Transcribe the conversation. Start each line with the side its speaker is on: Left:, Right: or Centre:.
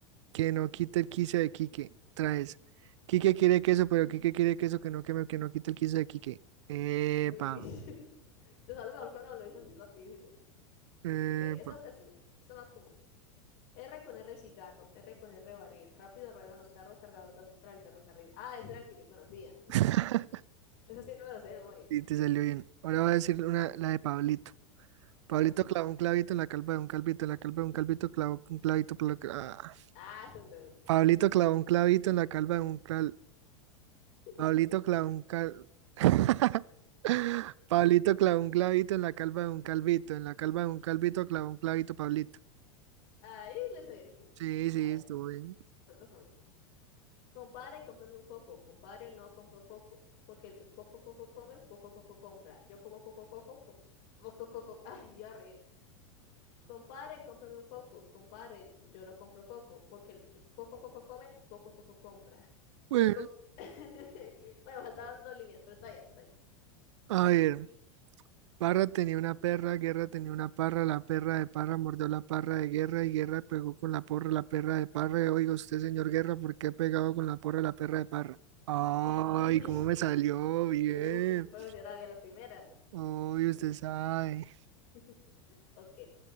Right: que no quite el quicio de Quique. Traes. Quique quiere queso, pero
Left: de
Right: Quique quiere queso que no queme, que no quite el quicio de Quique. Epa.
Left: Uy, <laughs> te sale mejor cuando lo dices así rapidísimo.
Right: Eh,
Left: Ok, esta
Right: pa-
Left: es, esta- esta es más común. R con R cigarro, R con R barril. Rápido ruedan los carros cargados de azúcar al ferrocarril. Ah, ese era el que yo conocía. <laughs>
Right: <laughs>
Left: Ese sí me lo sé de memoria.
Right: sí, te salió bien. Ahora voy a decir
Left: Sí, sí.
Right: una, la de Pablito.
Left: Ajá.
Right: Pablito clavó un clavito en la calva de un calvito, en la calva de un calvito clavó un clavito. pla- ah.
Left: Ah, se enredó.
Right: Pablito clavó un clavito en la calva de un cal...
Left: <laughs>
Right: Pablito clavó un cal... <laughs> Pablito clavó un clavito en la calva de un calvito, en la calva de un calvito clavó un clavito, Pablito.
Left: Ahí lo hice bien, sí.
Right: Sí, sí,
Left: A ver,
Right: estuvo bien.
Left: otro para mí. Compadre, cómprame un coco. Compadre, no compro coco. Porque el que poco coco come, poco coco compra. Yo como poco coco, co- poco coco. <laughs> Ay, ya reí. Compadre, cómprame un coco. Compadre, yo no compro coco, porque el que poco coco come, poco coco compra.
Right: Bueno,
Left: Yo co- <laughs> Bueno, faltaban dos líneas, pero está bien, está bien.
Right: a ver. Parra tenía una perra, Guerra tenía una parra, la perra de Parra mordió la parra de Guerra y Guerra pegó con la porra la perra de Parra. Y, Oiga usted, señor Guerra, ¿por qué ha pegado con la porra la perra de Parra? Ay,
Left: <laughs>
Right: cómo me salió bien.
Left: Uf, un profesional y a la primera.
Right: Ay, usted sabe.
Left: <laughs> Ok,